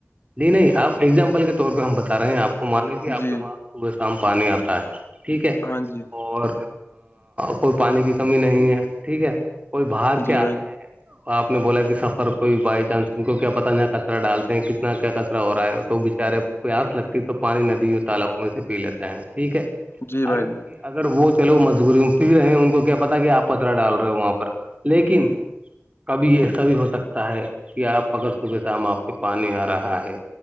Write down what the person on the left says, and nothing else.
جی
ہاں جی
جی
بھائی
جی
جان